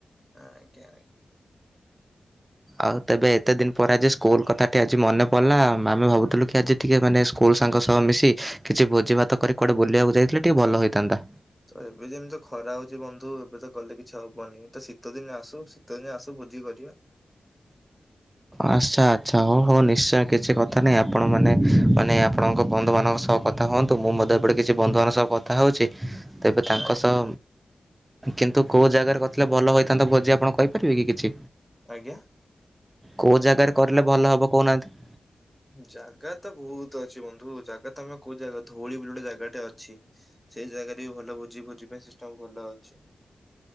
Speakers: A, in the centre; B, on the right.
A: ଆଜ୍ଞା। ଆଜ୍ଞା।
B: ଆଉ, ତେବେ ଏତେ ଦିନ ପରେ ଯେ ସ୍କୁଲ କଥାଟି ଆଜି ମନେ ପଲା। ଆମେ ଭାବୁଥିଲୁ କି ଆଜି ଟିକେ ମାନେ ସ୍କୁଲ ଶାଙ୍କ ସହ ମିଶି କିଛି ଭୋଜିଭାତ କରି କୁଆଡ଼େ ବୁଲିଆକୁ ଯାଇଥିଲେ, ଟିକିଏ ଭଲ ହୋଇଥାନ୍ତା।
A: ତ ଏବେ ଯେମିତି ଖରା ହଉଛି ବନ୍ଧୁ! ଏବେ ତ ଗଲେ କିଛି ହବନି। ତ ଶୀତ ଦିନ ଆସୁ, ଶୀତ ଦିନ ଆସୁ ଭୋଜି କରିବା
B: ଆସ୍ଛାତ୍ ଆଚ୍ଛା, ହଉ ହଉ ନିଶ୍ଚୟ! କିଛି କଥା ନାହିଁ। ଆପଣମାନେ ମାନେ ଆପଣଙ୍କ ବନ୍ଧୁମାନଙ୍କ ସହ କଥା ହୁଅନ୍ତୁ, ମୁଁ ମୋତ୍ ତ ଏପଟ କିଛି ବନ୍ଧୁମାନଙ୍କ ସହ କଥା ହେଉଛି, ତେବେ ତାଙ୍କ
A: ଆଜ୍ଞା।
B: ସହ କିନ୍ତୁ କଉ ଜାଗାରେ କଥିଲେ ଭଲ ହୋଇଥାନ୍ତା ଥା ଭୋଜି ଆପଣ କହିପାରିବେ କିଛି?
A: ଆଜ୍ଞା
B: କୋଉ ଜାଗାରେ କରିଲେ ଭଲ ହବ କହୁନାହାଁନ୍ତି?
A: ଜାଗା ତ ବହୁତ ଅଛି ବନ୍ଧୁ। ଜାଗା ତମେ କୋଉ ଜାଗା ଧଉଳି, ବୁଲି ଗୋଟେ ଜାଗାଟେ ଅଛି। ସେଇ ଜାଗାରେ ବି ଭଲ ଭୁଜି ଭୁଜି ପାଇଁ ସିଷ୍ଟମ୍ ଭଲ ଅଛି।